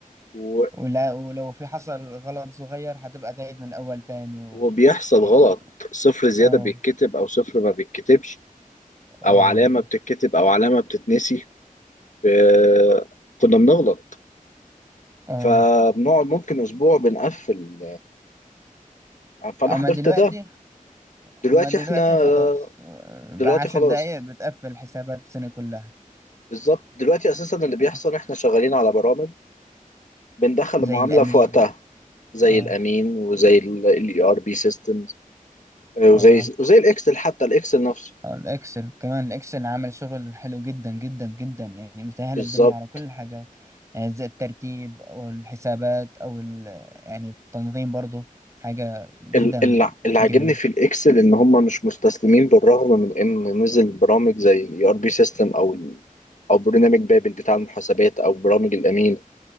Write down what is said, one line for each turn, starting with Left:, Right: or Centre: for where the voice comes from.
Left: و...
Right: ولا ولو في حصل غلط صغير هتبقى تعيد من أول تاني و...
Left: وبيحصل
Right: يعني،
Left: غلط صفر زيادة
Right: اه
Left: بيتكتب أو صفر ما بيتكتبش
Right: اه
Left: أو علامة بتتكتب أو علامة بتتنسي ب- كنا بنغلط
Right: اه
Left: فبنقعد ممكن أسبوع بنقفل آه، فأنا
Right: اما
Left: حضرت
Right: دلوقتي
Left: ده دلوقتي
Right: اما دلوقتي
Left: إحنا
Right: خلاص
Left: آه،
Right: آه،
Left: دلوقتي
Right: عشر
Left: خلاص
Right: دقايق بتقفل حسابات السنة كلها
Left: بالظبط دلوقتي أساسا اللي بيحصل
Right: آه،
Left: إحنا شغالين على برامج بندخل
Right: زي
Left: المعاملة
Right: الامين
Left: في وقتها زي
Right: اه
Left: الأمين وزي ال ERP systems آه،
Right: اه
Left: وزي وزي الإكسل حتى الإكسل نفسه
Right: آه، الاكسل كمان الاكسل عمل شغل حلو جدا جدا جدا يعني مسهل
Left: بالظبط
Right: الدنيا على كل الحاجات يعني زي الترتيب او الحسابات او ال... يعني التنظيم برضو حاجة جدا
Left: ال- ال- اللي
Right: جميلة
Left: عاجبني في الاكسل ان هم مش مستسلمين بالرغم من ان نزل برامج زي الاي ار بي سيستم او ال- او برنامج بابل بتاع المحاسبات او برامج الامين